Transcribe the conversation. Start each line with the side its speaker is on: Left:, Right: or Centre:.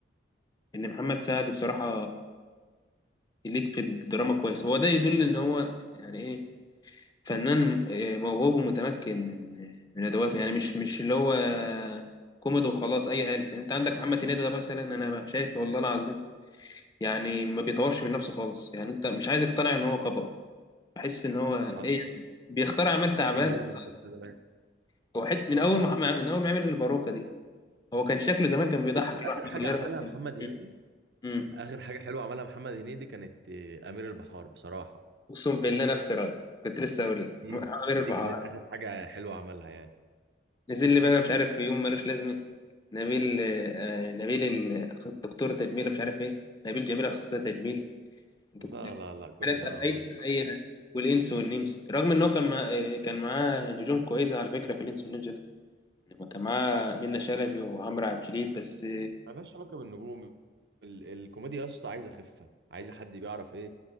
Left: ان محمد سعد بصراحه يليك في الدراما كويس هو ده يدل ان هو يعني ايه فنان آه، موهوب ومتمكن من من ادواته يعني مش مش اللي هو كوميدي وخلاص اي هلس انت عندك محمد هنيدي ده مثلا انا شايف والله العظيم يعني ما بيطورش من نفسه خالص يعني انت مش عايز اقتنع ان هو كبر بحس ان هو
Right: حصل
Left: ايه بيختار اعمال تعبانه
Right: كان جامد
Left: خالص.
Right: بس زمان
Left: هو حت من اول ما ما- من اول ما عمل الباروكه دي هو كان شكله زمان كان بيضحك
Right: بص اخر
Left: لوحده
Right: حاجه
Left: من غير
Right: عملها
Left: ما يتكلم.
Right: محمد هنيدي
Left: امم
Right: اخر حاجه حلوه عملها محمد هنيدي كانت آه، امير البحار بصراحه
Left: اقسم بالله نفس رايي كنت لسه اقول لك
Right: دي
Left: عامر البحار
Right: دي كانت اخر حاجه حلوه عملها يعني
Left: نزل لي بقى مش عارف في يوم ملوش لازمه نبيل آه، نبيل ال- دكتور تجميل مش عارف ايه نبيل جميل اخصائي تجميل دك-
Right: لا لا لا كل
Left: حالتها
Right: ده
Left: اي
Right: ملوش لازمه
Left: اي والانس والنمس رغم ان هو كان مع... كان معاه نجوم كويسه على فكره في الانس والنمس ده يعني كان معاه منة شلبي وعمرو عبد الجليل بس
Right: ملهاش علاقه بالنجوم ال الكوميديا يا اسطى عايزه خفه عايزه حد بيعرف ايه